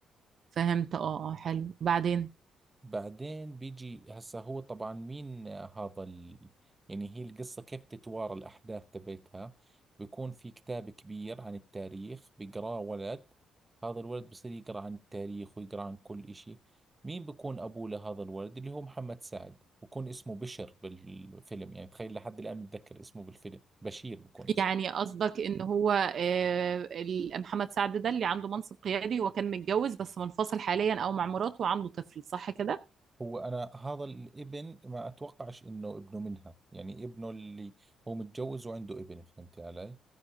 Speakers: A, on the right; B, on the right.
A: فهمت اه اه حلو بعدين
B: بعدين بيجي هسه هو طبعا مين آه، هذا ال... يعني هي القصة كيف تتوارى الأحداث تبعتها بيكون في كتاب كبير عن التاريخ بيقراه ولد هذا الولد بصير يقرأ عن التاريخ ويقرأ عن كل إشي مين بيكون أبوه لهذا الولد اللي هو محمد سعد بكون اسمه بشر بالفيلم يعني تخيل لحد الآن متذكر اسمه بالفيلم بشير بكون اسمه
A: يعني قصدك ان هو آه، ال- محمد سعد ده اللي عنده منصب قيادي هو كان متجوز بس منفصل حاليا او مع مراته وعنده طفل صح كده
B: هو أنا هذا الابن ما أتوقعش إنه ابنه منها يعني ابنه اللي هو متجوز وعنده ابن فهمت علي